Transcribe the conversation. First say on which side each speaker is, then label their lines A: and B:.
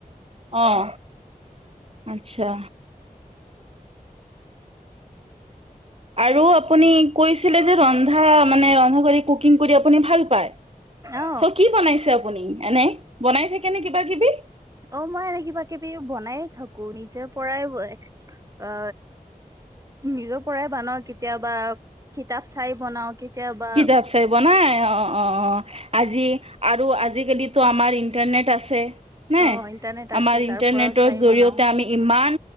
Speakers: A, on the right; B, on the right.
A: অহ। আচ্ছা। আৰু আপুনি
B: হেল্ল'
A: কৈছিলে যে ৰন্ধা মানে ৰন্ধা কৰি় কুকিং কৰি আপুনি ভাল পায়।
B: অ
A: চ কি বনাইছে আপুনি এনে বনাই থাকে নে কিবা কিবি?
B: অ মই এনে কিবা কিবি বনায়ে থাকো নিজৰ পৰাই অ নিজৰ পৰাই বনাও, কেতিয়াবা কিতাপ চাই বনাও কেতিয়াবা
A: কিতাপ চাই বনাই অ। অঁ অঁ আজি আৰু আজিকালিতো আমাৰ ইণ্টাৰনেট আছে নাই
B: অ ইন্টাৰনেট
A: আমাৰ
B: আছে তাৰ
A: ইন্টাৰনেটৰ
B: পৰাও চাই
A: জৰিয়তে
B: বনাও
A: আমি ইমান